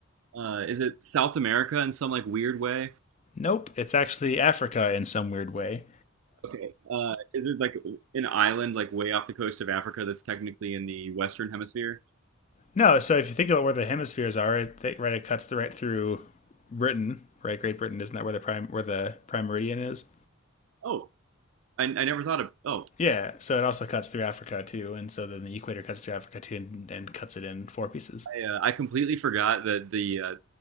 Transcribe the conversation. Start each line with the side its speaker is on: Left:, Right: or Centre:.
Right: uh, is it South America in some like weird way?
Left: Nope, it's actually Africa in some weird way.
Right: Okay, uh, is it like an island like way off the coast of Africa that's technically in the Western Hemisphere?
Left: No, so if you think about where the hemispheres are, it th- right it cuts the right through Britain, right? Great Britain isn't that where the prime where the prime meridian is?
Right: Oh, I, I never thought of. Oh,
Left: Yeah, so it also cuts through Africa too, and so then the equator cuts through Africa too, and, and cuts it in four pieces.
Right: I, uh, I completely forgot that the uh,